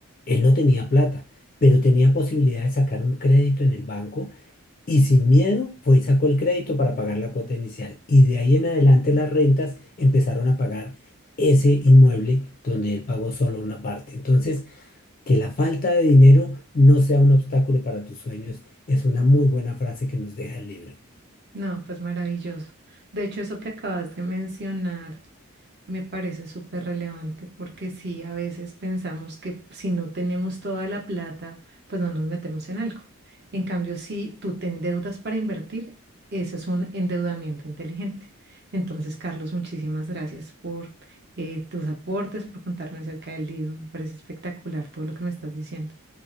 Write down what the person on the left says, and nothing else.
él no tenía plata, pero tenía posibilidad de sacar un crédito en el banco y sin miedo fue y sacó el crédito para pagar la cuota inicial. Y de ahí en adelante las rentas empezaron a pagar ese inmueble donde él pagó solo una parte. Entonces, que la falta de dinero no sea un obstáculo para tus sueños es una muy buena frase que nos deja el libro.